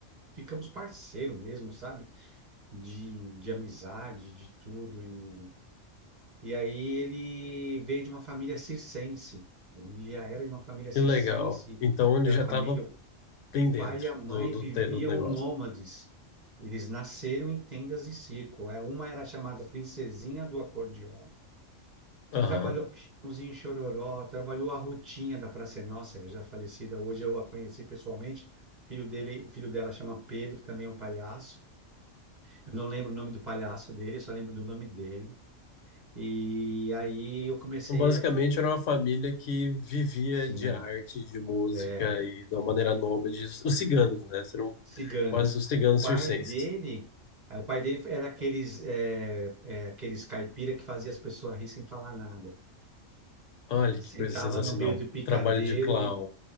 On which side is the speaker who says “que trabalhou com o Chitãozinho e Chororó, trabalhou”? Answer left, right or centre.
Right